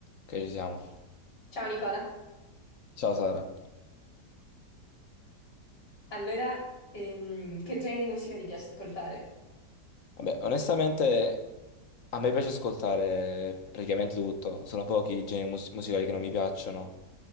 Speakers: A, on the left (about 55°); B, on the left (about 80°).
A: Ok, ci siamo.
B: Ciao Nicola,
A: Ciao Sara.
B: allora ehm, che genere di musica ti piace ascoltare?
A: Vabbè, onestamente a me piace ascoltare praticamente tutto. Sono pochi i generi mus- musicali che non mi piacciono.